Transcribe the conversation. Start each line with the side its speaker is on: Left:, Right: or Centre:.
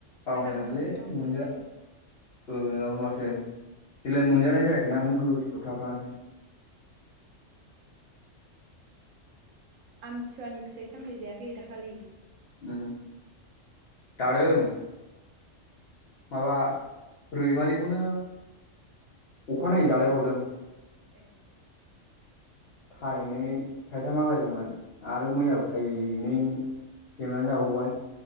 Left: बावलायलाङोलै
Right: गोजां बोथोरावसो
Left: मोनजा
Right: जायो
Left: ओ नङाबो माथो। देग्लाय मोनजानाय जायाखैना ओंखायनो गोसोआव थाफ्लाङाखै।
Right: आमथिसुवानि फिथाइ-सामथाय जायाखै दाखालि?
Left: उम जादों। माबा रैमालिखौनो अखानायै जालायबावदों।
Right: ए।
Left: <inaudible> थायनै थाइथाम आग्लायदोंमोन आरो मैयाबो थायनै लेबनानै जाबावबाय।